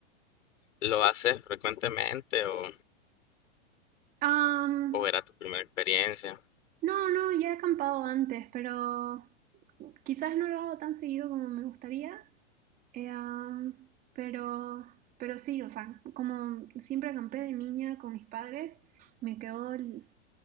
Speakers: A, on the left; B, on the right.
A: ¿lo haces frecuentemente o,
B: Um,
A: o era tu primera experiencia?
B: no, no, ya he acampado antes, pero Quizás no lo hago tan seguido como me gustaría, eh, um, pero, pero sí, o sea, como siempre acampé de niña con mis padres, me quedó el,